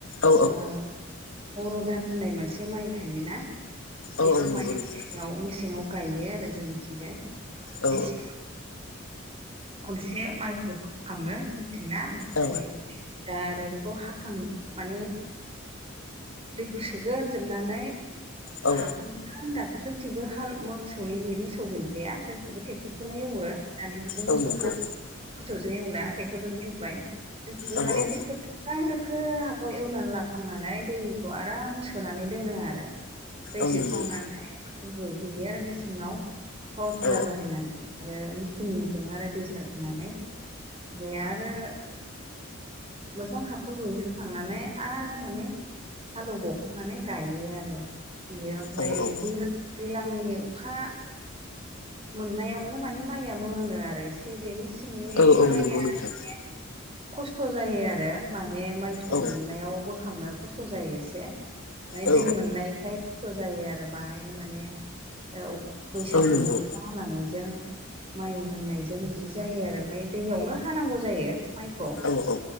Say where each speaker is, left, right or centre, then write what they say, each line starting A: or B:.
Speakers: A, on the left (about 80°); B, on the right (about 30°).
A: औ
B: बर' दान होननाय मोनसे माइ थायोना
A: औ
B: बेखौ
A: औ नंगौ
B: माने
A: नोंथां
B: मेसेंआव मेसेङाव गायो आरो जोंनिथिंजाय
A: औ
B: मेसें खनसे माइखौ बोखाङो मिथिंना ओमफ्राय
A: औ
B: द आरो बेखौ हा खां माने दैखौ सोगोरजोबनानै
A: औ
B: हखौ आं दाथ' जोंथिंबो हाल मोसौनि मोसौ गैलिया जोंथिंबो ट्रेक्टरखौनो एवो दानि जुखौ मोसौखौ
A: औ नंगौ
B: मोसौजों एवला ट्रेक्टरजों एवबाय
A: औ
B: माने
A: औ
B: ट्रेक्टर गोखां दोखो हाखौ एवनानै लाखांनानै दैखौ आराम सोनानै दोनो आरो दै
A: औ
B: सोखांनानै
A: नंगौ
B: रुइहैयो आरो मेसेंआव पावार टिलार
A: औ
B: बाहायनानै आरो मिेचनजों आरो दै सारखोनानै बेओ आरो मोजां हा खुरै होखांनानै आरो माने हालेवबावखांनानै गायो आरो बेयो ओमफ्राय
A: औ औ
B: दै दैज्लांनि अखा मोननायावनो माने माइया मोनो आरो एसे बे मेसेंनि
A: औ औ
B: माइया
A: नंगौ नोंथां
B: एसे खस्थ' जायो आरो माने माइ फिथाइ
A: औ
B: मोननायाव बोखांनो। खस्थ' जायो एसे माने
A: औ
B: दै मोननाय। <unintelligible> खस्थ' जायो आरो बाहाय माने <unintelligible> बैसागनियाव
A: औ नंगौ
B: हानायजों माइ मोननायजों बिदि जायो आरो ओमफ्राय दैयावनो हानांगौ जायो। माइखौ।
A: औ औ